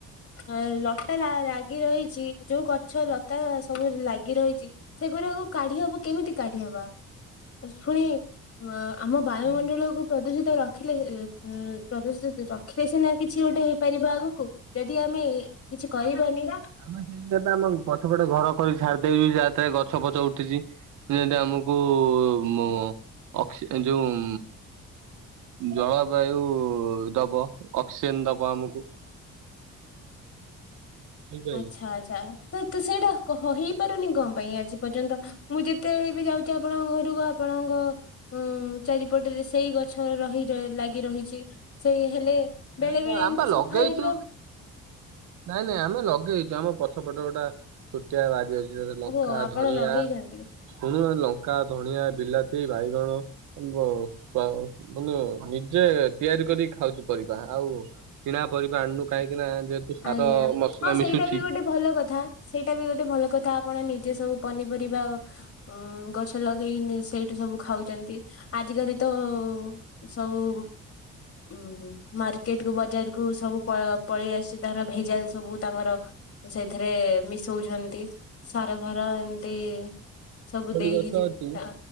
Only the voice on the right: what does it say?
ଯେ
ଆମେ ସେଇ ଯୋଗେ ପା ଆମ ପଛପଟେ ଘର କରି ଛାଡ଼୍ ଲେ ବି ଯା ଏତେ ଗଛ ଫଛ ଉଠିଚି କି ଯଦି ଆମୁ ବୁ ମୁଁ ଅକ୍ସି ଯୋଉଁ ଜଳ ବାୟୁ ଦବ ଅକ୍ସିଜେନ୍ ଦବ ଆମୁକୁ। ବୁଝିପାରିଲେ।
ନାଇଁ
ଆମ
ବା ଲଗେଇଛୁ
ନାଇଁ ନାଇଁ ଆମେ ନଗେଇଚୁ ଆମ ପଛପଟେ ଗୋଟା ଛୋଟିଆ ବାରି ଅ ଇ ଯଦି ନଙ୍କା
ଧଣିଆ
ଶୁଣ ହାଲୋ। ପକା, ଧଣିଆ, ବିଲାତି, ବାଇଗଣ ଉଁ ବ ତ ତମେ ନିଜେ ତିଆ ରି କରି ଖାଉଚୁ ପରିବା ଆଉ କିଣା ପରିବା ଆଣୁନୁ କାହିଁକି ନାଁ ଯେହେତୁ ସାର
ମସଲା
ମିଶୁଛି
କଦଳୀ
ଗଛ ଅଛି